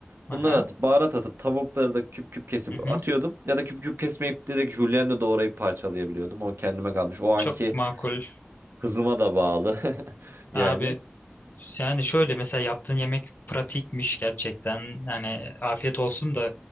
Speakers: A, on the right (about 65°); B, on the left (about 45°).
A: Bunları
B: Aha.
A: atıp baharat atıp tavukları da küp küp kesip
B: Hı hı.
A: atıyordum. Ya da küp küp kesmeyip direkt julienne doğrayıp parçalayabiliyordum. O kendime kalmış. O anki
B: Çok makul.
A: hızıma da bağlı <laughs> yani.
B: Abi Yani şöyle mesela yaptığın yemek pratikmiş gerçekten. Yani afiyet olsun da